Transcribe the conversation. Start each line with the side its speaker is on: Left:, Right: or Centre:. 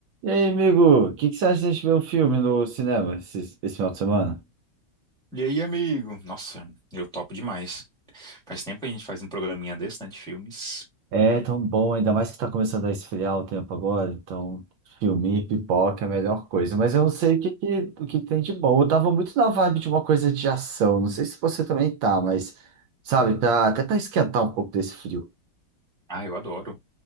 Right: E aí, amigo, o que, que você acha de a gente ver um filme no cinema esse, esse final de semana?
Centre: E aí, amigo? Nossa, eu topo demais. Faz tempo que a gente faz um programinha desse, né, de filmes.
Right: É tão bom, ainda mais que tá começando a esfriar o tempo agora, então filme, pipoca é a melhor coisa. Mas eu não sei o que, que, o que, que tem de bom. Eu tava muito na vibe de uma coisa de ação, não sei se você também tá, mas sabe, pra, até pra esquentar um pouco desse frio.
Centre: Ah, eu adoro.